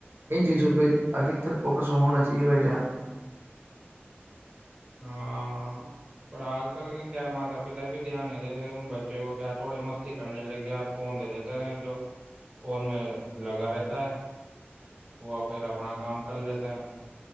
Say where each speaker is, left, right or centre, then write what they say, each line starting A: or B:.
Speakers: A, on the right (about 60°); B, on the right (about 25°).
A: ان چیزوں پہ ادھکتر فوکس ہونا چاہیے بھائی جان
B: ہاں پر آج کل کے کیا ہے ماتا پتا بھی دھیان نہیں دیتے تھے ان بچوں کو کیا تھوڑی مستی کرنے لگے اور فون دے دیتے تھے جو فون میں لگا رہتا ہے وہ پھر اپنا کام کر لیتے ہیں